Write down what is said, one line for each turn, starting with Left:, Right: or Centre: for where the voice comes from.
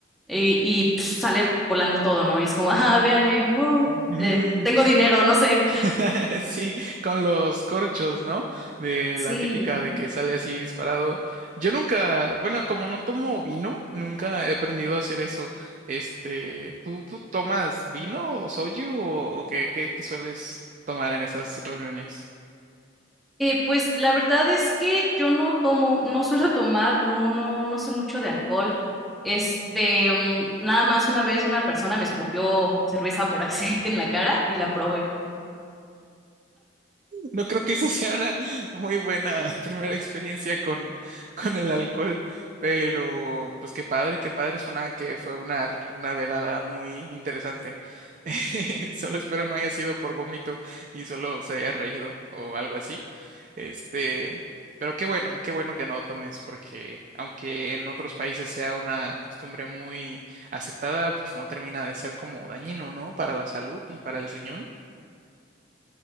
Centre: y, y, pf, sale volando todo, ¿no? Y es como, ah, véanme, woo,
Right: <laughs>
Centre: eh, tengo
Right: Sí.
Centre: dinero, no sé.
Right: <laughs> Sí, con los corchos, ¿no? De
Centre: Sí,
Right: la típica de que sale así disparado. Yo nunca, bueno, como no tomo vino, nunca he aprendido a hacer eso. Este, ¿tú, tú tomas vino o soju o, o qué, qué, qué sueles tomar en esas reuniones?
Centre: eh, pues la verdad es que yo no tomo, no suelo <laughs> tomar, no, no, no sé mucho de alcohol. Este, mm, nada más una vez una persona me escupió cerveza por <laughs> accidente en la cara y la probé.
Right: No creo que eso sea una muy buena <laughs> primera experiencia con, con el alcohol, pero pues qué padre, qué padre, suena que fue una, una velada muy interesante. <laughs> Solo espero no haya sido por vómito y solo se haya reído o algo así. Este, pero qué bueno, qué bueno que no tomes, porque aunque en otros países sea una costumbre muy aceptada, pues no termina de ser como dañino, ¿no? Para la salud y para el riñón.